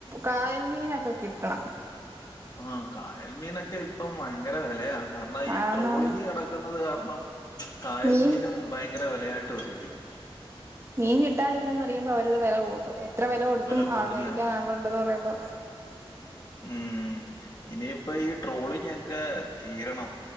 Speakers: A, on the right; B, on the left.
A: കായൽ മീനൊക്കെ കിട്ടണം
B: ആഹ് കായൽ മീനൊക്കെ ഇപ്പം ഭയങ്കര വെലയാ കാരണം ഈ
A: അതൊന്ന്
B: ട്രോളിങ്ങ് നട ക്കുന്നത് കാരണം കായൽമീനും
A: മീൻ
B: ഭയങ്കര വെലയായിട്ട് വെരും
A: മീൻ കിട്ടാനില്ലെന്ന് അറിയുമ്പൊ അവരത് വെല കൂട്ടും എത്ര വെല കൊടുത്തും
B: വില കൂട്ടുന്ന
A: ആൾ മേടിക്കാൻ ആളോണ്ടെന്ന് പറയുമ്പൊ
B: ഉം ഇനിയിപ്പം ഈ ട്രോളിങ്ങക്കെ തീരണം